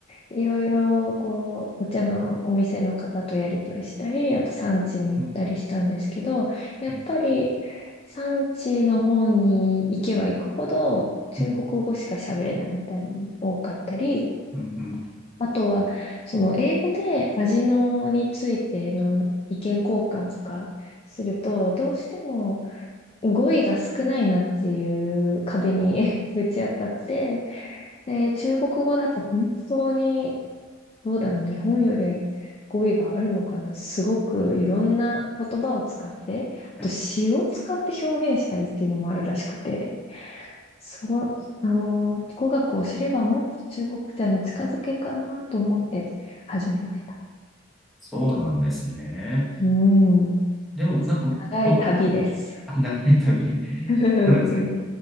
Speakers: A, on the left (about 30°); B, in the centre.
A: いろいろこう、お茶のお店の方とやり取りしたり、あと産地に行ったりしたんですけど、
B: うん、
A: やっぱり
B: はい、
A: 産地の方に行けば行くほど中国語しか喋れないみたいに多かったり、
B: うん、うん、うん。
A: あとはその英語で味のについての意見交換とかすると、どうしても語彙が少ないなっていう壁に <laughs> ぶち当たって、で、中国語だと本当に、どうだろう、日本より語彙があるのかな。すごくいろんな言葉を使って、あと詩を使って表現したりっていうのもあるらしくて、
B: はい
A: そう、あの、語学を知ればもっと中国茶に近づけるかなと思って始めました。
B: そうなんですね。
A: うん、
B: でも、なんか、
A: 長い旅ですよ。
B: もともと、あ、長い旅。
A: <laughs> 本当に。
B: そうですね。